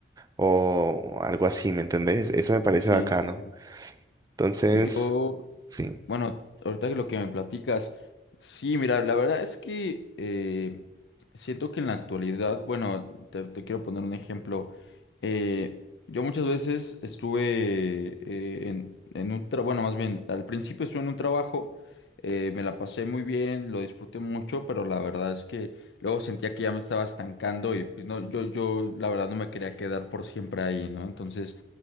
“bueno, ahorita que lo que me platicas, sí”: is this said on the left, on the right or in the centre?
Left